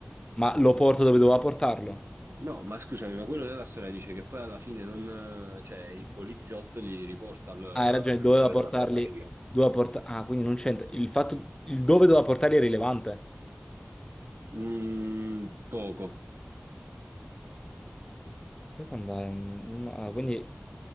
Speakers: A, on the left (about 20°); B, on the right (about 65°).
A: Ma lo porta dove doveva portarlo?
B: No, ma scusami, ma quello nella storia dice che poi alla fine non, eh, cioè, il poliziotto li riporta al, al
A: Ah, hai ragione,
B: proprietario
A: doveva portarli...
B: della farmacia.
A: Doveva porta- ah, quindi non c'entra. Il fatto... Il dove doveva portarli è rilevante.
B: Mm, poco.
A: Poi può andare... un- uno- ah, quindi...